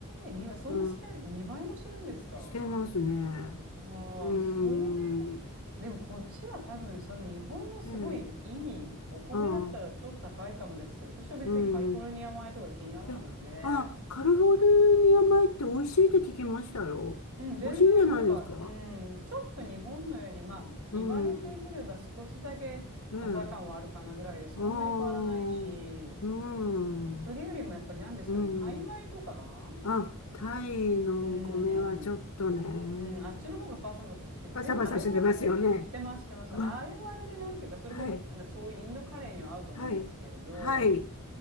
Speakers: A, on the right; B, on the left.
A: ー、倍、そんなしてる、
B: うん、
A: 2倍もしてるんですか
B: してますね。
A: ああ、
B: うーん、
A: それは、でもこっちは多分、その日本のすごいいいお米だったらちょっと高いかもですけど、
B: ええ、ああ、
A: 私は別にカリフォルニア米とか気にならないので、
B: うん。え、あ、カリフォルニア米って美味しいって聞きましたよ。
A: うん、全然、
B: 美味しいんじゃないですか
A: なんか、うん、ちょっと日本のより、まあ、
B: うん。
A: 言われてみれば少しだけパサ感はあるかなぐらいで、
B: ええ。
A: そんなに変わらないし、
B: ああ。うん。
A: それよりもやっぱり何ですかね、
B: うん。
A: タイ米とか
B: あ、タイのお米はちょっとね、
A: うんうん、あっちの方がパサパサしてて、
B: パサパサしてますよね。
A: でもあれはあれで、してます、してます。
B: うわ、
A: あれはあれで、なんていうか、それこそ、
B: はい、
A: なんかそういうインドカレーには合うと思うんですけれど、
B: はい、はい、